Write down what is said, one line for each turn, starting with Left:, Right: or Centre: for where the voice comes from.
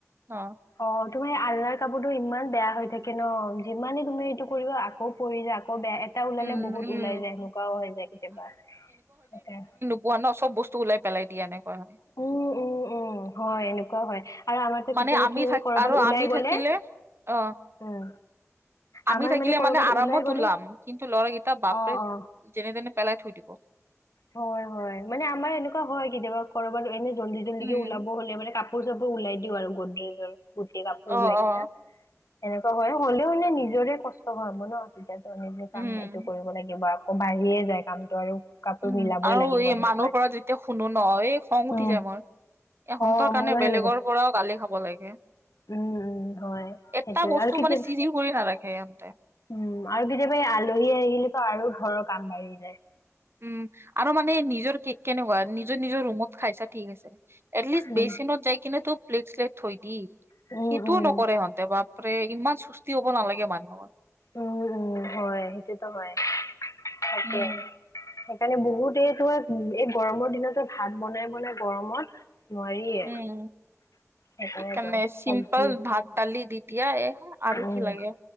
Right: অ
Left: অ তোমাৰ আল্লাৰ কাপোৰটো ইমান বেয়া হৈ থাকে ন যিমানে তুমি এইটো কৰিবা আকৌ পৰিযা আকৌ বেয়া এটা ওলালে
Right: উম
Left: বহুত
Right: উম
Left: ওলাই যায় সেনেকুৱাও হৈ যায় কেতিয়াবা তাকে
Right: বোৱা ন বস্ত ওলাই পেলাই দিয়া নাই এনেকুৱা হয়।
Left: উম উম উম হয় এনেকুৱা হয়। আৰু আমাৰতো
Right: মানে
Left: কেতিয়াবা
Right: আমি
Left: কি হয়
Right: থাক
Left: কৰ'বাত
Right: আৰু
Left: ওলাই
Right: আমি
Left: গ'লে
Right: থাকিলে অঁহ।
Left: উম, আমাৰ
Right: আমি থাকিলে
Left: কৰ'বাত
Right: মানে আৰামত
Left: ওলাই গ'লে
Right: ওলাম কিন্তু ল'ৰাকেইটা বাপৰে
Left: অ', অ'।
Right: যেনে তেনে পেলাই থৈ দিব।
Left: হয় হয় মানে আমাৰ এনেকুৱা হয় কেতিয়াবা কৰবাত এনে জল্দি জল্দিকে
Right: উম
Left: ওলাব হ'লে মানে ক- কাপোৰ চাপোৰ ওলাই দিওঁ আৰু গড্ৰজৰ গুটি কাপোৰ
Right: অ
Left: ওলাই
Right: অ
Left: কিনা। এনেকুৱা হয় হলেও মানে নিজৰে কষ্ট হয় হব ন তেতিয়াতো নিজে কাম
Right: উম
Left: এইটো কৰিব লাগিব। ক বাঢ়িয়ে যায় কামটো আৰু। কাপোৰ
Right: উম
Left: মিলাবই
Right: আৰু
Left: লাগিব
Right: এই
Left: সেনেকুৱা।
Right: মানুহৰ পৰা যে- তিয়া শুনো নহ এই খং
Left: উম,
Right: উঠি যায় মোৰ, এহঁতৰ
Left: অ',
Right: কাৰণে
Left: মোৰো
Right: বেলেগৰ
Left: সেনেকুৱা।
Right: পৰাও গালি খাব লাগে।
Left: উম, উম, হয়,
Right: এটা
Left: সেইটোয়ে
Right: বস্তু
Left: আৰু কেতিয়াবা
Right: মানে চিজিৰ কৰি নাৰাখে ইহঁতে।
Left: উম আৰু কেতিয়াবা এই আলহী আহিলো আৰু ঘৰৰ কাম বাঢ়ি যায়।
Right: উম আৰু মানে নিজৰ কেনেকুৱা নিজৰ-নিজৰ ৰুমত খাইছা ঠিক আছে। এটলিষ্ট
Left: উম।
Right: বেচিনত যাই কিনে তোৰ প্লেট চিলেট থৈ দি,
Left: উম
Right: সেইটো
Left: উম
Right: নক নকৰে সিহঁতে বাপৰে ইমান সুস্তি হ'ব নালাগে মানুহৰ।
Left: উম উম হয় সেইটোতো হয় তাকে।
Right: উম,
Left: সেইকাৰণে বহুতে তোৱ এই গৰমৰ দিনটো ভাত বনাই-বনাই গৰমত নোৱাৰিয়ে।
Right: উম,
Left: সেই কাৰণেতো
Right: সেইকাৰণে
Left: চবজি
Right: চিম্পল ভাত দালি দি দিয়া এ হয়, আৰু
Left: উম।
Right: কি লাগে।